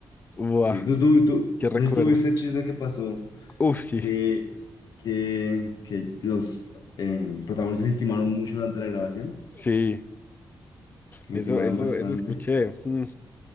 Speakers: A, on the left; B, on the left.
A: Buah,
B: Sí, tú, tú, tú,
A: ¿qué recuerdas?
B: no sé si tuviste el chisme que pasó,
A: Uf, sí,
B: que, que, que los eh, protagonistas intimaron mucho durante la grabación,
A: sí.
B: que
A: Eso,
B: intimaban
A: eso,
B: bastante.
A: eso escuché. Mm,